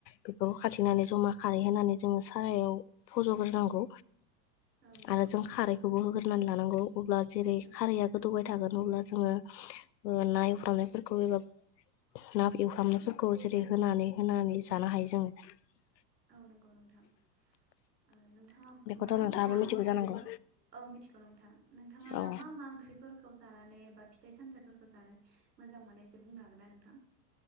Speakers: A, on the left; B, on the right.
A: बेफोरखौ खाथिनानै जमा खारै होनोनानै जोङो सारायाव फजग्रोनांगौ।
B: औ नंगौ
A: आरो जों खारैखौबो होग्रोनानै लानांगौ। अब्ला जेरै
B: औ
A: खारैया गोदौबाय थागोन अब्ला जोङो ना एवफ्र्रामनायफोरखौ एबा ना एवफ्रामनायफोरखौ जेरै होनानै होनानै जानो हायो <unintelligible>
B: औ नंगौ नोंथां ओ नोंथाङा
A: बेखौथ'
B: मा
A: नोंथाङाबो
B: मा
A: मिथिगौ
B: मैगंखौ
A: जानांगौ
B: औ मिथिगौ नोंथां नोंथाङा
A: औ
B: दा मा मा ओंख्रिफोरखौ जानानै एबा फिथाइ सामथाइफोरखौ जानो मोजां मोननाय एसे बुंनो हागोना नोंथां?